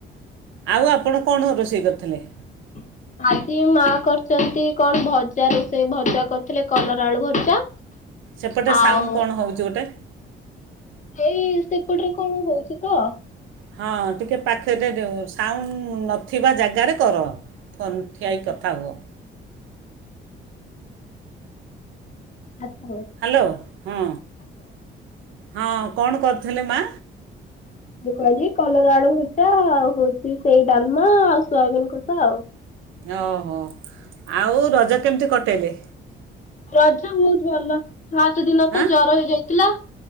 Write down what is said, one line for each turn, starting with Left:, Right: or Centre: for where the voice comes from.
Right: -ଆଉ ଆପଣ କଣ ରୋଷେଇ କରିଥିଲେ?
Left: ହୁଁ ଆଜି ମା କରିଚନ୍ତି କ ଣ ଭଜା ରୋଷେଇ ଭଜା କରିଥିଲେ କଲରା ଆଳୁ ଭଜା
Right: ସେପଟେ
Left: ଆଉ
Right: ସାଉଣ୍ଡ୍ କଣ ହଉଚି ଗୋଟେ?
Left: ଏଇ ସେପଟ୍ ରେ କଣ ହଉଚି ତ।
Right: ହଁ ଟିକେ ପାଖେରେ ଦେଓ ସାଉଣ୍ଡ୍ ନଥିବା ଜାଗାରେ କର। ଫୋନ୍
Left: ଆଚ୍ଛା।
Right: ଠିଆ ହେଇ କଥା ହୁଅ।
Left: <inaudible>
Right: ହାଲୋ- ହଁ -ହଁ କଣ କରିଥିଲେ ମା?
Left: ମୁଁ କଲି କଲରା ଆଳୁ ଭଜା ଆଉ ହଉଚି ସେଇ ଡାଲ୍ମା ଆଉ ସୋୟାବିିନ୍ କଷା ଆଉ।
Right: ଓ ହୋ ଆଉ ରଜ କେମିତି କଟେଇଲେ?
Left: ରଜ ବହୁତ୍ ଭଲ। ଫାଷ୍ଟେ ଦିନ
Right: ହାଁ
Left: ତ ଜର ହେଇଯାଇଥିଲା